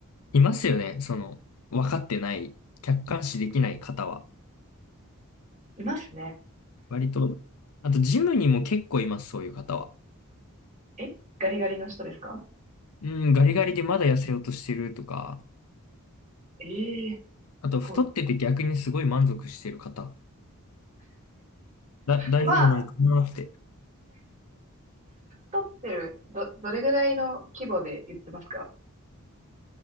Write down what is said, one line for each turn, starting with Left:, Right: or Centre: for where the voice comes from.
Left: いますよね。その、分かってない、客観視できない方は。
Right: いますね。
Left: 割と、あとジムにも結構います、そういう方は。
Right: えガリガリの人ですか
Left: うん、ガリガリでまだ痩せようとしてるとか、
Right: えー、す
Left: あと太ってて逆にすごい満足してる方、
Right: ごい。
Left: だ、大丈夫なんかなって。
Right: まあ、太ってる、ど、どれぐらいの規模で言ってますか